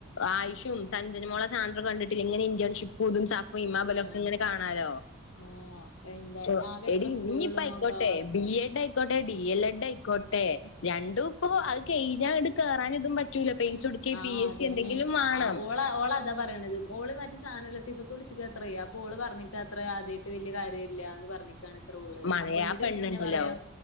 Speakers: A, on the left; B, on the left.
A: ആയുഷും സഞ്ചനമോള സാന്ദ്ര കണ്ടിട്ടില്ലേ ഇങ്ങനെ ഇന്റേൺഷിപ്പും ഇതും സാ <unintelligible> ഇബലൊക്കെ
B: ആഹ്
A: ഇങ്ങനെ കാണാലോ
B: ആഹ് എന്താ
A: ഓഹ്
B: ആകെ എത്ര
A: എടി ഇനിയിപ്പ
B: സ്കൂളുള്ളൂ
A: ആയിക്കോട്ടെ
B: നോക്കാ
A: ഡി എഡ് ആയി ആയിക്കോട്ടെ ഡി എൽ എഡ് ആയിക്കോട്ടെ രണ്ടും ഇപ്പോ അത് കെഴിഞ്ഞാ ഇങ്ങട് കേറാനും ഇതും പറ്റ് റ്റൂല പേയിസ കൊടുക്കേ
B: ആഹ്
A: പി എസ്
B: അതന്നെ
A: സി എന്തെങ്കിലും വാണം
B: ആഹ് ഓള് ഓള് അതാ പറയണത് ഓള് മറ്റെ <unintelligible> വിളിച്ച്ക്കാത്രേയ് അപ്പോഓള് പറഞ്ഞിക്കാ അത്രേ ആദ്യായിട്ട് വെല്യ കാര്യല്ല ന്ന് പറഞ്ഞിക്കാണ്ത്രേ ഓള്
A: മളെ
B: അപ്പൊന്നിട്ട്
A: ആ പെണ്ണുണ്ടല്ലോ
B: ജിസ്ന പറയാ